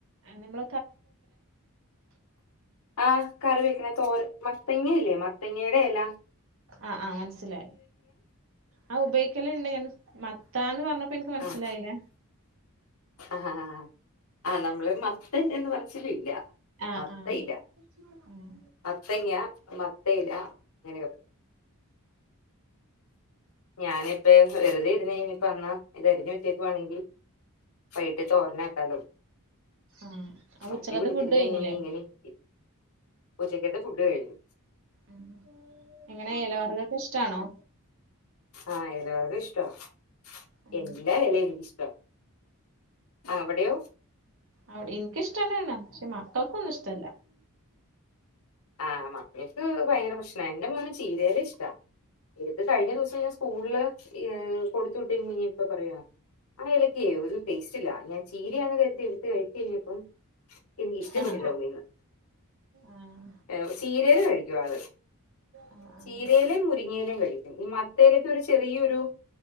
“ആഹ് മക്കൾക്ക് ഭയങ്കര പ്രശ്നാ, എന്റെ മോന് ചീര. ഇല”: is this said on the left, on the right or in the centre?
Left